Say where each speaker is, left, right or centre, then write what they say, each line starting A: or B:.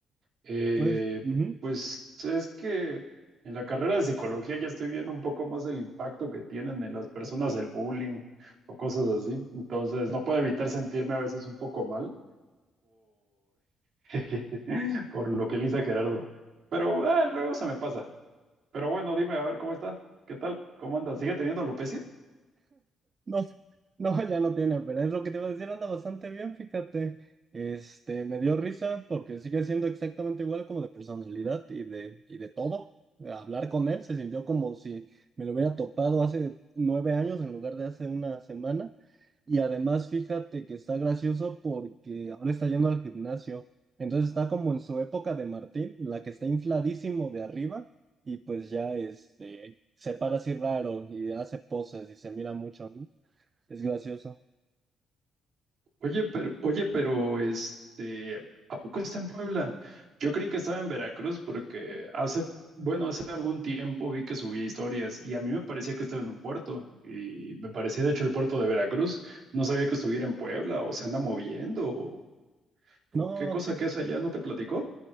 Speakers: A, on the right; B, on the right.
A: Eh,
B: Pues, ujú.
A: pues es que en la carrera de psicología ya estoy viendo un poco más el impacto que tienen en las personas el bullying o cosas así. Entonces no puedo evitar sentirme a veces un poco mal <laughs> Por lo que Lisa Gerardo. Pero ah, luego se me pasa. Pero bueno, dime a ver cómo está. ¿Qué tal? ¿Cómo anda? ¿Sigue teniendo alopecia?
B: No, no, ya no tiene, pero es lo que te iba a decir, anda bastante bien, fíjate. Este, me dio risa porque sigue siendo exactamente igual como de personalidad y de, y de todo. Hablar con él se sintió como si me lo hubiera topado hace nueve años en lugar de hace una semana. Y además, fíjate que está gracioso porque ahora está yendo al gimnasio. Entonces está como en su época de Martín, en la que está infladísimo de arriba y pues ya este, se para así raro y hace poses y se mira mucho, ¿no? Es gracioso.
A: Oye, pero, oye, pero este, ¿a poco está en Puebla? Yo creí que estaba en Veracruz porque hace, bueno, hace algún tiempo vi que subía historias y a mí me parecía que estaba en un puerto y me parecía de hecho el puerto de Veracruz. No sabía que estuviera en Puebla o se anda moviendo o, o
B: No,
A: qué cosa
B: fíjate.
A: que es allá, ¿no te platicó?